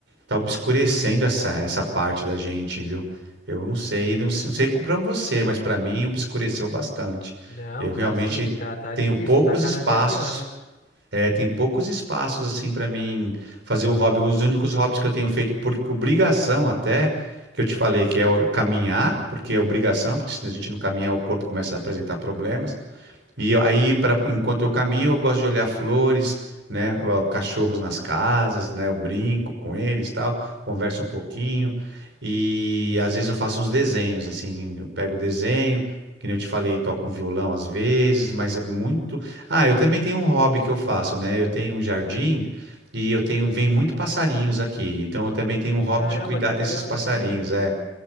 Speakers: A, on the right; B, on the left.
A: tá obscurecendo essa, essa parte da gente, viu? Eu não sei, não, se- não sei para você, mas para mim obscureceu bastante.
B: Não,
A: Eu
B: tá
A: realmente
B: sim, tá, tá
A: tenho
B: difícil,
A: poucos
B: tá cada
A: espaços,
B: dia pior, né?
A: é, tem poucos espaços assim para mim fazer o hobby. Os únicos hobbies que eu tenho feito por obrigação até que eu te falei que é o- caminhar, porque é obrigação, porque se a gente não caminhar o corpo começa a apresentar problemas e eu- aí, pra, enquanto eu caminho, eu gosto de olhar flores, né? ó, Cachorros nas casas, né? Eu brinco com eles, tal, converso um pouquinho. E às vezes eu faço uns desenhos, assim, eu pego o desenho, que nem eu te falei, toco um violão às vezes, mas é muito. Ah, eu também tenho um hobby que eu faço, né? Eu tenho um jardim e eu tenho, vem muito passarinhos aqui. Então eu também tenho um hobby
B: Caramba,
A: de cuidar
B: que legal,
A: desses passarinhos,
B: diferente,
A: é.
B: hein?